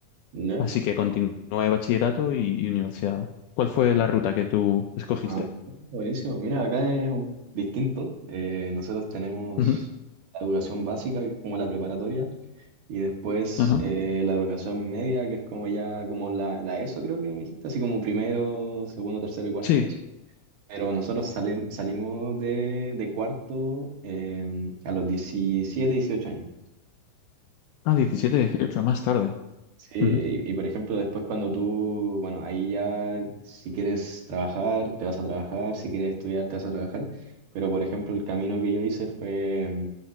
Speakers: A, on the right; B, on the left.
A: ¿Ya?
B: así que continué bachillerato y, y universidad. ¿Cuál fue la ruta que tú escogiste?
A: Ah, buenísimo. Mira, acá es un, distinto. Eh, nosotros tenemos
B: Ujú,
A: la educación básica, que es como la preparatoria, y después
B: Ajá.
A: eh, la educación media, que es como ya como la, la ESO, creo que me dijiste, así como primero, segundo, tercero y cuarto.
B: Sí,
A: Pero nosotros salim- salimos de, de cuarto eh, a los 17, 18 años.
B: ah, 17, 18 más tarde.
A: Sí,
B: Ujú,
A: y, y por ejemplo, después cuando tú, bueno, ahí ya si quieres trabajar, te vas a trabajar, si quieres estudiar, te vas a trabajar, pero por ejemplo, el camino que yo hice fue mm,